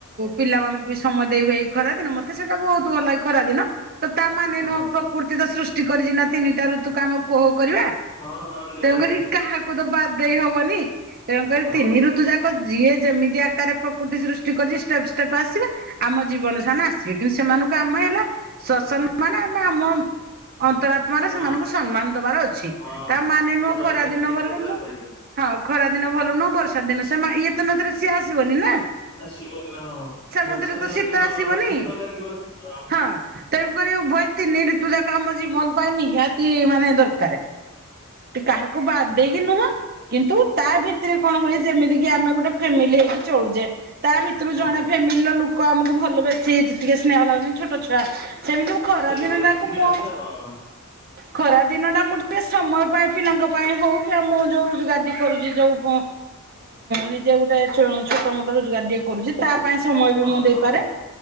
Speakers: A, on the right; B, on the left.
A: ପିଲାମାନଙ୍କୁ ବି ସମୟ ଦେଇ ହୁଏ ଖରା ଦିନ ମତେ ସେଟାକୁ ବହୁତ ଭଲ ଲାଗେ ଖରା ଦିନ ତ ତାମାନେ
B: ହଁ
A: ନୁହଁ ପ୍ରକୃତି ତ ସୃଷ୍ଟି କରିଛି ନା ତିନିଟା ଋତୁକୁ ଆମେ ଉପଭୋଗ କରିବା
B: ହଁ ହଁ ନିହାତି
A: ତେଣୁକରି କାହାକୁ ତ ବାଦ୍ ଦେଇ ହବନି ତେଣୁ କରି
B: ହଁ।
A: ତିନି ଋତୁ ଯାକ ଯିଏ ଯେମିତି ଆକାରରେ ପ୍ରକୃତି ସୃଷ୍ଟି କରି ଷ୍ଟେପ ଷ୍ଟେପ୍ ଆସିବା ଆମ ଜୀବନ ସେମାନେ ଆସିବେ କିନ୍ତୁ ସେମାନଙ୍କୁ ଆମେ ହେଲା ଶସନ ମାନେ ଆମେ ଆମ ଅନ୍ତରା ଆମର
B: ହଁ
A: ସେମାନଙ୍କୁ ସମ୍ମାନ ଦବାର ଅଛି
B: ହଁ
A: ତା ମାନେ
B: ଆପଣ
A: ନୁହଁ
B: ଏଇଟା
A: ଖରା ଦିନ
B: ଠିକ
A: ଭଲ
B: କଥା
A: ନୁହଁ।
B: କହିଲେ।
A: ହଁ ଖରା ଦିନ ଭଲ ନୁହଁ ବର୍ଷା ଦିନ ସେମାନେ ଇଏ ତ ନଦରେ ସିଏ ଆସିବନି ନା।
B: ଆସିବନି ହଁ ବର୍ଷା
A: ନଦୀରେ ତ
B: ଯଦି
A: ଶୀତ
B: ନହବ
A: ଆସିବନି।
B: ଶୀତ ଲାଗିବନି ହଁ।
A: ହଁ। ତେଣୁକରି ଉଭୟତିନି ଋତୁଜାକ ଆମ ଜୀବନ୍ ପାଇଁ ନିହାତି ମାନେ ଦରକାରେ। ତ କାହାକୁ ବା ଦେଇ ନୁହଁ କିନ୍ତୁ ତା ଭିତରେ କଣ ହୁଏ ଯେମିତି କି ଆମେ ଗୋଟେ ଫ୍ୟାମିଲି ହେଇକି ଚଳୁଚେ ତା ଭିତରୁ
B: ହଁ
A: ଜଣେ
B: ହଁ।
A: ଫେମିଲ୍ ର ଲୁକ ଆମକୁ ଭଲ ବେଶୀ ଟିକେ ସ୍ନେହ ଲାଗୁନ ଛୋଟ ଛୁଆ ସେମିତି ଖରା
B: ସେଇଭଳି
A: ଦିନ ତାକୁ
B: ଟିକେ
A: ମୁ-ହଁ।
B: ଲାଗେ ହଁ
A: ଖରା ଦିନ ଟା ମୁଁ ଟିକେ ସମୟ ପାଏ ପିଲାଙ୍କ ପାଇଁ ହଉ ଆଉ ମୁଁ ଯଉ ଗାଦ କରୁଛି ଯଉ ଉଁ ନିଜେ ଗୋଟେ ଛୋ-ଛୋଟ ମୋଟ ରୋଜଗାର ଟେ କରୁଚି ତା ପାଇଁ ସମୟ ବି
B: ହଁ
A: ମୁଁ
B: ହଁ
A: ଦେଇପାରେ
B: ହଁ